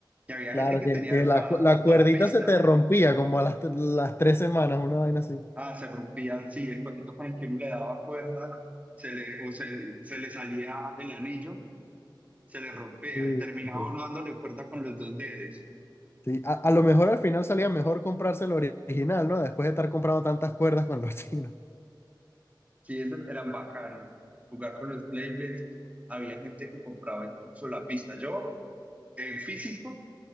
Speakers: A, on the right; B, on the left.
A: que había
B: Claro,
A: gente que
B: que,
A: tenía
B: que
A: hasta,
B: la, cu- la
A: hasta
B: cuerdita
A: la pista.
B: se te rompía como a las, t- las tres semanas, una vaina así.
A: Ah, se rompía, sí, el cosito con el que uno le daba cuerda, se le, o se, se le salía el anillo se le rompea
B: Sí,
A: y terminaba
B: sí.
A: uno dándole cuerda con los dos dedos.
B: Sí, A, a lo mejor al final salía mejor comprarse el original, ¿no? Después de estar comprando tantas cuerdas con los <laughs> chinos.
A: Sí, esos eran bacanos. Jugar con los Beyblades, había gente que compraba incluso la pista. Yo, en físico,